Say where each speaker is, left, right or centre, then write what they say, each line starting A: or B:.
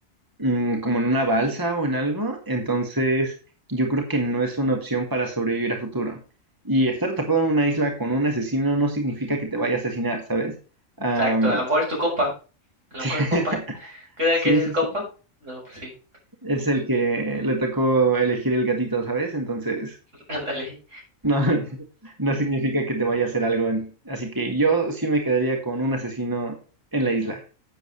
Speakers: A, on the right (about 15°); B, on the right (about 60°).
A: mm, como en una balsa o en algo, entonces yo creo que no es una opción para sobrevivir a futuro. Y estar atrapado en una isla con un asesino no significa que te vaya a asesinar, ¿sabes? Am,
B: Exacto, a lo mejor es tu compa, a lo
A: <laughs>
B: mejor es compa. ¿Qué tal
A: sí,
B: que
A: sí,
B: es compa?
A: sí.
B: No, pues sí,
A: Es el que le tocó elegir el gatito, ¿sabes? Entonces,
B: <laughs> ándale.
A: no, <laughs> no significa que te vaya a hacer algo. en- Así que yo sí me quedaría con un asesino en la isla.